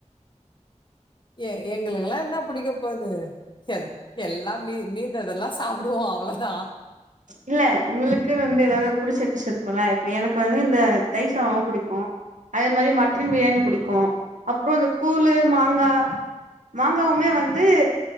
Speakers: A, on the left; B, on the right.
A: எ எங்களுக்கல்லா என்னா புடிக்க போது செர் எல்லா மீ மீந்ததெல்லா சாப்புடுவோ அவ்ளோதா
B: இல்ல உங்களுக்குனு வந்து ஏதாது புடிச்ச டிஷ் இருக்குல இப்ப எனக்கு வந்து இந்த தயி சாதொ புடிக்கு அதே மாரி மட்டன் பிரியாணி புடிக்கூ அப்றோ இந்த கூழு மாங்கா மாங்காவுமே வந்து